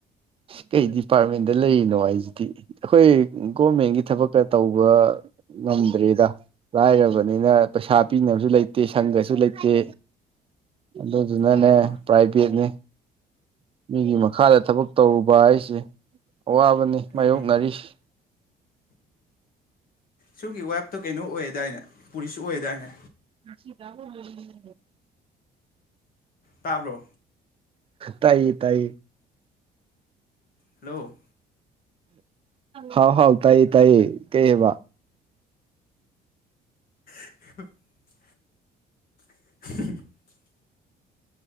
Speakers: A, on the right (about 35°); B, on the left (about 60°).
A: ꯀꯩ ꯗꯤꯄꯥꯔꯠꯃꯦꯟꯗ ꯂꯩꯔꯤꯅꯣ ꯍꯥꯏꯁꯤꯗꯤ ꯑꯩꯈꯣꯏ ꯒꯣꯔꯃꯦꯟꯒꯤ ꯊꯕꯛꯀ ꯇꯧꯕ ꯉꯝꯗ꯭ꯔꯦꯗ ꯂꯥꯏꯔꯕꯅꯤꯅ ꯄꯩꯁꯥ ꯄꯤꯅꯕꯁꯨ ꯂꯩꯇꯦ ꯁꯪꯒꯁꯨ ꯂꯩꯇꯦ ꯑꯗꯨꯗꯨꯅꯅꯦ
B: ꯑꯥ
A: ꯄ꯭ꯔꯥꯏꯚꯦꯠꯅꯦ ꯃꯤꯒꯤ ꯃꯈꯥꯗ ꯊꯕꯛ ꯇꯧꯔꯨꯕ ꯍꯥꯏꯁꯦ ꯑꯋꯥꯕꯅꯤ
B: ꯎꯝ
A: ꯃꯥꯌꯣꯛꯅꯔꯤꯁꯤ
B: ꯁꯣꯝꯒꯤ ꯋꯥꯏꯞꯇꯣ ꯀꯩꯅꯣ ꯑꯣꯏ ꯑꯗꯥꯏꯅꯦ ꯄꯨꯔꯤꯁ ꯑꯣꯏ ꯑꯗꯥꯏꯅꯦ
A: <inaudible>
B: ꯇꯥꯕ꯭ꯔꯣ
A: ꯇꯥꯏꯌꯦ ꯇꯥꯏꯌꯦ
B: ꯍꯂꯣ
A: ꯍꯥꯎ ꯍꯥꯎ ꯇꯥꯏꯌꯦ ꯇꯥꯏꯌꯦ ꯀꯩ ꯍꯥꯏꯕ
B: <inaudible> <inaudible>